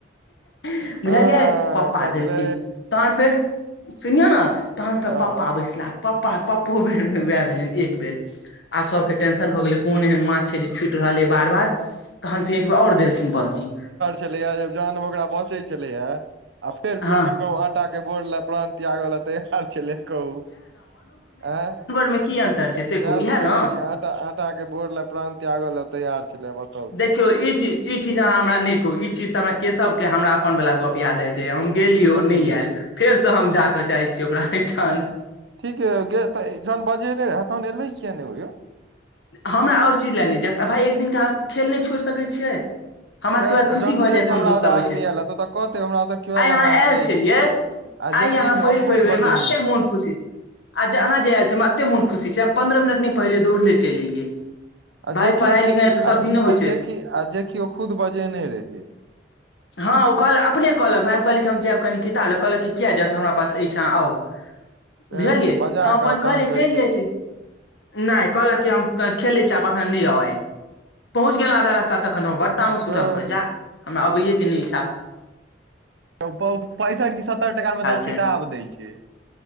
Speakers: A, on the right; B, on the left.
A: <inaudible>
B: बुझलियै
A: हँ
B: पापा
A: खचरे
B: देलखिन तहन फेर सुनियौ ने तहन फेर
A: हँ
B: पापा
A: हँ
B: पैसला पपा पप्पो बेर वएह भेलनि एक बेर आब सबके टेंशन भऽ गेलै कोन एहन माछ छै जे छूटि रहलै बार बार तखन फेर एकबेर आओर देलखिन बंसी
A: छलै ज जह ओकरा बचै छलै ह आ फेर
B: हँ
A: घुरि फिर के आ कु्ताक के बोर लए प्रान त्याग लए तैयार छैे कहू आ
B: मे की अन्तर छै से कहू
A: सएह
B: इएह
A: तऽ कहै
B: ने
A: छी आटा आटाक के बोर लए प्रान त्यागय लए तैयार छलै बताउ
B: देखियौ
A: तऽ
B: ई चीज ई चीजहाँ हमरा न कहू ई चीज हमरा केशव के हमरा अपन वला गप याद आबि जाइया हम गेलियै
A: कथी
B: अो नहि आयल फेरसँ हम जा कऽ चाहै छीियै ओकरा एहिठाम
A: ठीक य त जहन बजेने रहे तहन एलेै कििया नहि ओ यौ
B: हमरा आओर चीज लएनाइ छै भइ एक दिनके अहाँ खेल नहि छोड़ि सकैत छियै हमर
A: सएह
B: सभके खुशी
A: जहन
B: भऽ
A: बुझै
B: जाय
A: छै
B: कोनो
A: हमरा
B: दोस्त
A: ओतऽ
B: अबैत
A: आदमी
B: छै
A: आयल तऽ ओतऽ कहतै हमरा ओतऽ केओ
B: आइ अहाँ
A: भाय हम
B: आयल
A: जाइ
B: छलियै
A: छी आ जेकि
B: आइ यहाँ पहिल
A: खुद
B: पहिल
A: बजेने
B: हमरा एतेक
A: छलै
B: मोन खुशी आ जे अहाँ जे आयल छी हमरा एतेक मोन खुशी छै हम पन्द्रह मिनट नहि पहिले दौड़ले चलि एलियै
A: आ
B: भााय
A: जेकि
B: पढ़ाई लिखाई तऽ
A: आ
B: सब दिने होइ
A: आ
B: छै
A: जेकि आ जे कि अो खुद बजेने रहहिय
B: हँ ओ कहलक अपने कहलक भायइ हम कहलक हम जायब कनि किताब ले कहलक कि किया जायब हमरा पास एहिठाँ आउ
A: सैह
B: बुझलियै तऽ
A: बजा
B: हम अपन
A: क
B: कहलियै
A: तहन कहै
B: चलि जाइ
A: छै
B: छी नहि कहलक कि हम खेले छी आब अखन नहि आउ आइ अब पहुँच गेलहु आधा रस्ता तखन ब तामस
A: जे
B: उठल हम कहलिये जा हमरा अबैे के नहि इच्छा
A: पैंसठि कि सत्तर टाका मे तऽ ओ
B: छनि
A: किताब दै छै